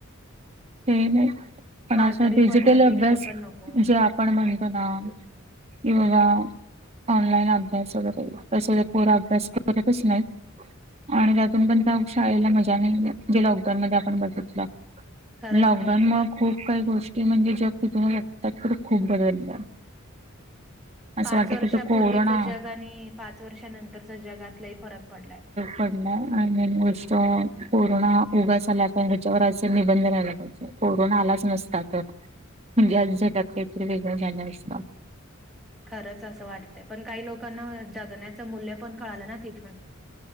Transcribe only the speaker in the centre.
आजारी
पडण्यापेक्षा
पण नको
खरंच
नाही अजिबात.
पाच
वर्षापूर्वीच
जग आणि पाच वर्षानंतरच जगात लई फरक पडलाय.
खरच अस वाटतय पण काही लोकांना जगण्याच मूल्य पण कळाल ना तिथून.